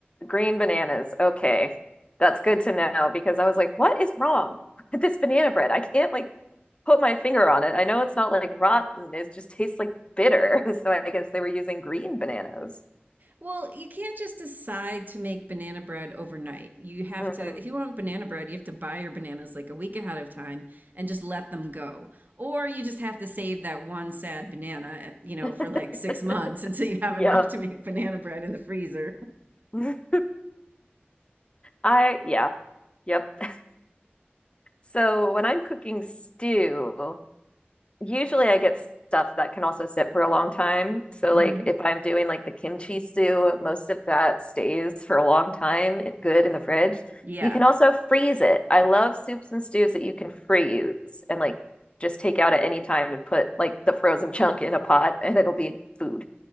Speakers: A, on the left; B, on the right.
A: Green bananas. Okay. That's good to know because I was like, what is wrong with this banana bread? I can't like put my finger on it. I know it's not like rotten, it just tastes like bitter. <laughs> so I guess they were using green bananas.
B: Well, you can't just decide to make banana bread overnight. You have
A: Mhm.
B: to, if you want banana bread, you have to buy your bananas like a week ahead of time and just let them go. Or you just have to save that one sad banana, eh, you know,
A: <laughs>
B: for like six months <laughs> until you have
A: Yeah.
B: enough to make banana bread in the freezer.
A: <laughs> I, yeah, yep. <laughs> So when I'm cooking stew, usually I get stuff that can also sit for a long time. So
B: hmm
A: like if I'm doing like the kimchi stew, most of that stays for a long time, good in the fridge.
B: Yeah.
A: You can also freeze it. I love soups and stews that you can freeze and like just take out at any time and put like the frozen chunk in a pot and it'll be food.